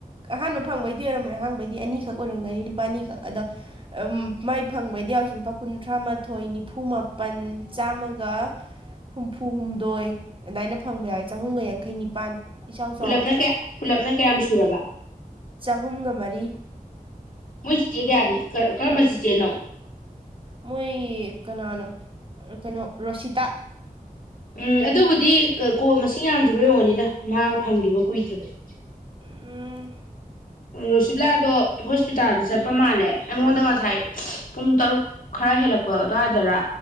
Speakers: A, on the right; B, on the left.
A: ꯑꯍꯥꯟꯕ ꯐꯪꯕꯩꯗꯤ ꯑꯣꯏꯔꯝꯃꯣꯏ ꯑꯍꯥꯟꯕꯩꯗꯤ ꯑꯅꯤꯈꯛ ꯑꯣꯏꯔꯝꯒꯅꯤ ꯂꯨꯄꯥ ꯑꯅꯤꯈꯛ ꯑꯗꯣ ꯃꯥꯏ ꯐꯪꯕꯩꯗꯤ ꯌꯥꯎꯁꯤ ꯂꯨꯄꯥ ꯀꯨꯟꯊ꯭ꯔꯥ ꯃꯥꯊꯣꯏ ꯅꯤꯐꯨ ꯃꯥꯄꯟ ꯆꯥꯝꯃꯒ ꯍꯨꯝꯐꯨ ꯍꯨꯝꯗꯣꯏ ꯑꯗꯥꯢꯅ ꯐꯪꯕ ꯌꯥꯎꯋꯦ ꯆꯍꯨꯝꯒ ꯌꯥꯡꯈꯩ ꯅꯤꯄꯥꯟ ꯏꯆꯥꯎ
B: ꯄꯨꯜꯂꯞꯅ
A: ꯆꯥꯎꯕꯗ
B: ꯀꯌꯥ ꯄꯨꯜꯂꯞꯅ ꯀꯌꯥꯝ ꯁꯨꯔꯕ
A: ꯆꯍꯨꯝꯒ ꯃꯔꯤ
B: ꯃꯣꯏ ꯆꯤꯆꯦ ꯀꯌꯥꯒꯤ ꯀꯔꯝꯕ ꯆꯤꯆꯦꯅꯣ
A: ꯃꯣꯏ ꯀꯅꯥꯅꯣ ꯀꯩꯅꯣ ꯔꯣꯁꯤꯇꯥ
B: ꯎꯝ ꯑꯗꯨꯕꯨꯗꯤ ꯀꯣꯜ ꯃꯁꯤꯡ ꯌꯥꯝꯗ꯭ꯔꯤꯕꯩ ꯑꯣꯢꯔꯝꯒꯅꯤꯗ ꯃꯥ ꯐꯪꯒꯤꯕ ꯀꯨꯏꯗ꯭ꯔꯤꯕꯅꯤ
A: ꯎꯝ
B: ꯔꯣꯁꯤꯕꯤꯂꯥꯗꯣ ꯍꯣꯁꯄꯤꯇꯥꯜꯗ ꯆꯠꯄ ꯃꯥꯜꯂꯦ ꯑꯩꯉꯣꯟꯗ ꯉꯁꯥꯏ ꯄꯨꯡ ꯇꯔꯨꯛ ꯈꯔ ꯍꯦꯜꯂꯛꯄ ꯑꯗꯨꯋꯥꯏꯗꯔ